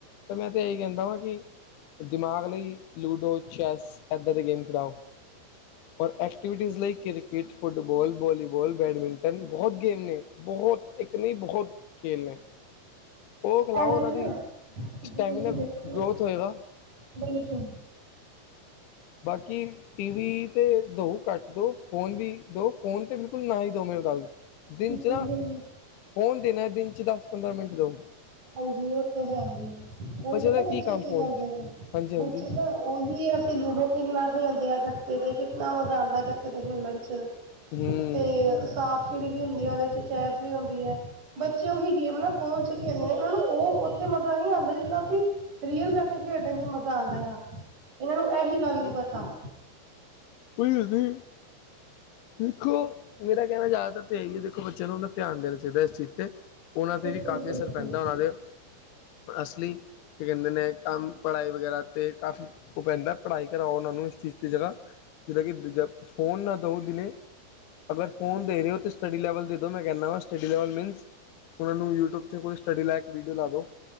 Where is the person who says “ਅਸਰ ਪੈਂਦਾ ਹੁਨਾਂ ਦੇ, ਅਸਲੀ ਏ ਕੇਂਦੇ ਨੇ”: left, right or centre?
Left